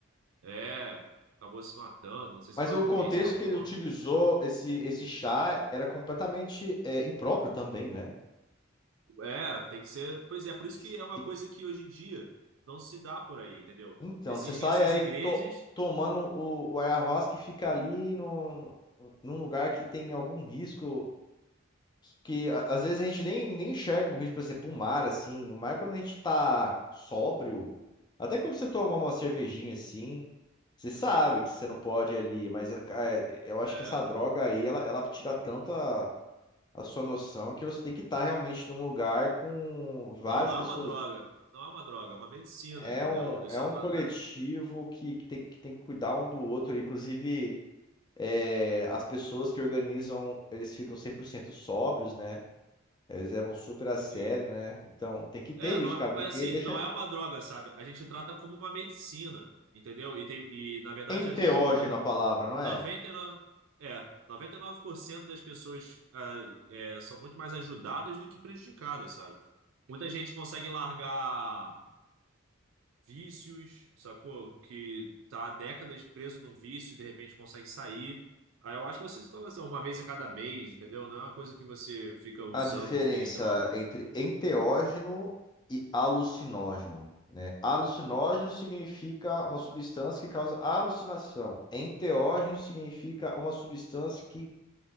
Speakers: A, on the right (about 75°); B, on the left (about 20°).
A: É, acabou se matando. Não sei
B: Mas
A: se matou
B: o contexto
A: alguém, se matou.
B: que ele utilizou esse, esse chá era completamente é, impróprio também, né?
A: É, tem que ser. Pois é, por
B: Tem
A: isso
B: que-
A: que é uma
B: tem-
A: coisa que hoje em dia não se dá por aí, entendeu?
B: Então,
A: Existem
B: você sai
A: essas
B: aí
A: igrejas.
B: to- tomando o, o ayahuasca e fica ali no, num lugar que tem algum risco que, a- às vezes a gente nem, nem enxerga um risco, por exemplo, o mar, assim. O mar, quando a gente tá sóbrio, até quando você toma uma cervejinha assim, você sabe que você não pode ir ali, mas a- ca- é, eu acho
A: É,
B: que essa droga aí, ela, ela tira tanto a, a sua noção que você tem que estar realmente num lugar com várias
A: não, não
B: pessoas.
A: é uma droga. Não é uma droga, é uma medicina,
B: É
A: entendeu?
B: um,
A: Isso,
B: é um
A: a-
B: coletivo
A: a-
B: que, que tem, que tem que cuidar um do outro, inclusive. é, as pessoas que organizam, eles ficam 100% sóbrios, né? Eles levam super a sério,
A: tem-
B: né? Então tem que ter
A: É,
B: isso,
A: não
B: cara,
A: é,
B: porque
A: mas assim,
B: deixa
A: não é uma droga, sabe? A gente trata como uma medicina, entendeu? E, tem, e na verdade
B: enteógeno
A: ajuda
B: a palavra, não é?
A: 99, é, 99% das pessoas ah, é, são muito mais ajudadas do que prejudicadas, sabe? Muita gente consegue largar vícios, sacou? Que tá há décadas preso num vício e de repente consegue sair. Aí eu acho que você se torna assim, uma vez a cada mês, entendeu? Não é uma coisa que você fica usando,
B: A diferença
A: que nem droga.
B: entre enteógeno e alucinógeno, né? Alucinógeno significa uma substância que causa alucinação. Enteógeno significa uma substância que